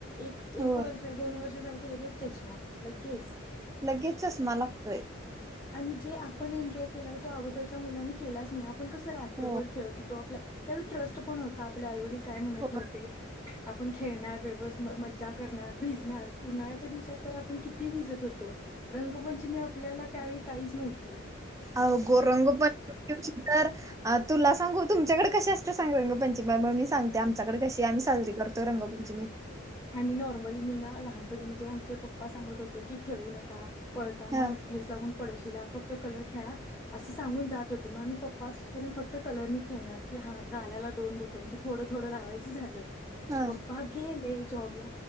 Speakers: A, on the left; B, on the right.
A: एक
B: होय
A: एक वर्ष दोन वर्ष सारखी लगेच चष्मा लगेच
B: लगेच चष्मा लागतोय
A: आणि जे आपण एन्जॉय केलाय तो अगोदरच्या मुलांनी केलाच नाही आपण कसं रात्रभर
B: हो
A: खेळतो तो ट्रस्ट पण होता आपल्या आई वडील काय म्हणत
B: हो
A: नव्हते आपण खेळणार व्यव मजा करणार भिजणार उन्हाळ्याच्या दिवसात तर आपण किती भिजत होतो रंगपंचमी आपल्याला त्यावेळी काहीच नव्हतं
B: अगं रंगपंचमी दिवशी तर तुला सांगू तुमच्याकडे कसे असत सांग रंगपंचमीग मी सांते
A: आपण
B: आमच्याकडे कशी आम्ही साजरी करतो रंगपंचमी
A: आणि्ही नॉर्मली मी ना लहानपणी म्हणजे आमचे पप्पा सांगत होते की खेळू नका पळताना
B: हा
A: ठेच लागून पडोशीला फक्त कलर खेळा असं सांगून जात होते मग आम्ही पप्पा अस करन फक्त कलर नाही खेळणार की हा गालायला दोन बोट म्हणजे थोडं थोडं लावायचं झालं
B: हा
A: पप्पा गेले जॉब ला